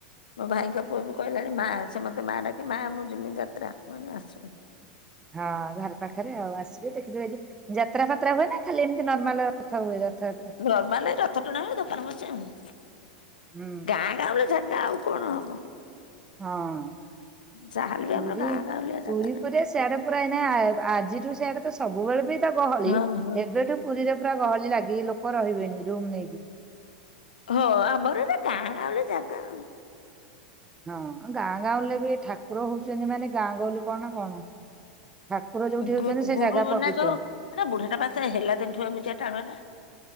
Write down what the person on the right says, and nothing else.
ହଁ ଘର ପାଖରେ ଆଉ ଆସିବେ ଦେଖି ଦୁଖାକି ଯାତ୍ରା ଫାତ୍ରା ହୁଏନା ଖାଲି ଏମତି ନର୍ମାଲ ଥ ହୁଏ ରଥଯାତ୍ରା
ହୁଁ
ହଁ
ପୁରୀ
ପୁରୀ
ପୁରା ସେଆଡ଼େ ପୁରା ଏଇନା ଆ ଆଜିଠୁ ସେଆଡ଼େତ ସବୁବେଳେବିତ ଗହଳି
ଏବେଠୁ ପୁରୀରେ ପୁରା ଗହଳି ଲାଗିିକି ଲୋକ ରହିବେଣି ରୁମ୍ ନେଇକି।
ହଁ ଆଉ ଗାଁଗାଉଲିବି ଠାକୁର ହଉଛନ୍ତି ମାନେ ଗାଁଗହଳି କଣ କଣ। ଠାକୁର ଯୋଉଠି
ହଉଛନ୍ତି ସେଜାଗା
ପବିତ୍ର।